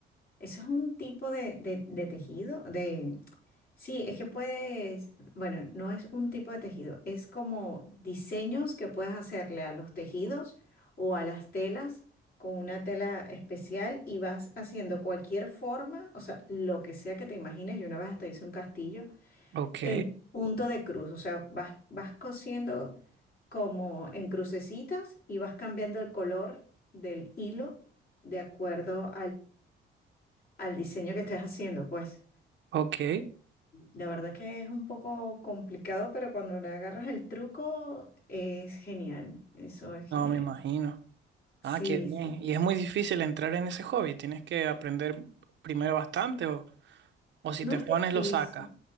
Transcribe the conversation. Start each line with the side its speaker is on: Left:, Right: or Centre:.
Left: Eso es un tipo de, de- de tejido, de... Sí, es que puedes, bueno, no es un tipo de tejido, es como diseños que puedes hacerle a los tejidos o a las telas con una tela especial y vas haciendo cualquier forma, o sea, lo que sea que te imagines. Yo una vez hasta hice un castillo
Right: Ok,
Left: en punto de cruz, o sea, vas, vas cosiendo como en crucecitas y vas cambiando el color del hilo de acuerdo al diseño que estés haciendo, pues.
Right: ok.
Left: La verdad que es un poco complicado, pero cuando le agarras el truco es genial. Eso es genial.
Right: No, me imagino.
Left: Sí,
Right: Ah, qué bien.
Left: sí.
Right: Y es muy difícil entrar en ese hobby. Tienes que aprender primero bastante o, o si
Left: No
Right: te
Left: es
Right: pones
Left: difícil.
Right: lo sacas.